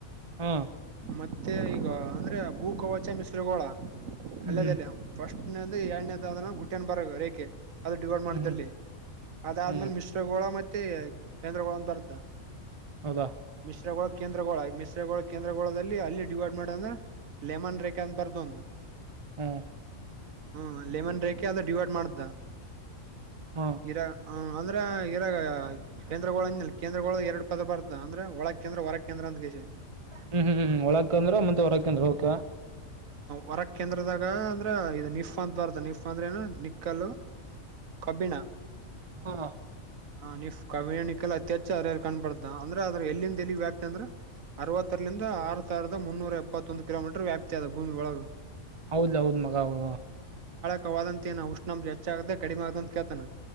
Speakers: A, on the right (about 25°); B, on the right (about 75°).
A: ಹ್ಮ
B: ಮತ್ತೆ ಈಗ ಅಂದ್ರೆ ಭೂ ಕವಚ ಮಿಶ್ರಗಳೋಳ
A: ಹ್ಮ್
B: ಅಲ್ಲದೆಲ್ಲ ಫಸ್ಟ್ ಎರಡನೇದ ಗುಟ್ಟಿಯನ್ ಬರ ರೇಖೆ ಅದು ಡಿವೈಡ್ ಮಾಡಲ್ಲಿ
A: ಹ್ಮ್ ಹ್ಮ್
B: ಅದಾದ್ಮೇಲೆ
A: ಹ್ಮ್
B: ಮಿಶ್ರಗೋಳ ಮತ್ ಕೇಂದ್ರಗಳು ಒಂದ ಬರ್ತ
A: ಹೌದಾ
B: ಮಿಶ್ರ ಕೇಂದ್ರಗಳ ಮಿಶ್ರ ಕೇಂದ್ರ ಚ್ರಗೋಳದಲ್ಲಿ ಅಲ್ಲಿ ಡಿವೈಡ್ ಮಾಡ ಅಂದ್ರೆ ಲೆಮನ್ ರೇಖಾ ಅಂತ ಬಾರದು ಒಂದು
A: ಹ್ಮ್
B: ಹ್ಮ ಲೆಮನ್ ರೇೇಕೆ ಅದ ಡಿವೈಡ್ ಮಾಡ್ದರ
A: ಹ್ಮ
B: ಹ ಇರಾಗ <unintelligible> ಕೇಂದ್ರ ಕೇಂದ್ರಳ ಎರಡು ಪದ ಬರ್ತ ಅಂದ್ರೆ ಒಳಗ್ ಕೇಂದ್ರ ಹೊರ ಕೇಂದ್ರ ಅಂತ <unintelligible>
A: ಹ್ಮ್ ಹ್ಮ್ ಒಳಾಕಂದ್ರ ಮತ್ತೆ ಹೊರಾಕ ಅಂದ್ರ ಒಕ
B: ವರಂದ್ರದಾಗ ಅಂದ್ರ ಇ ನಿಪ್ ಅಂತ ಬರ್ದ ನಿಫ ಅಂದ್ರೆ ಏನ ನಿಕ್ಕಲು ಕಬ್ಬಿಣ
A: ಹ
B: ಹ ನಿಫ್ ಕವಣಿಕಲ್ ಅತ್ಯಚ್ಚ ಅ ಕಾಣ್ಬಡ್ತ ಅಂದ್ರೆ ಅದ್ರ ಎಲ್ಲಿಂದ ಎಲ್ಲಿ ವ್ಯಾಪ್ತಿ ಅಂದ್ರ ಅರವತ್ತರಲಂದ ಆರು ಸಾವಿರದ ಮುನ್ನೂರ ಎಪ್ಪತ್ತೊಂದು ಕಿಲೋಮೀಟರ್ ವ್ಯಾಪ್ತಿ ಅದ ಭೂಮಿ ಒಳಗೆ
A: ಹೌದ್ ಹೌದ್ ಮಗ ಹು
B: ದ ಅಂತ ಏ ಉಷ್ಣಂ ಹೆಚ್ಚಾಗಗದೆ ಕಡಿಮ ಆಗತ ಅಂತ ಕೇಳ್ತಾನ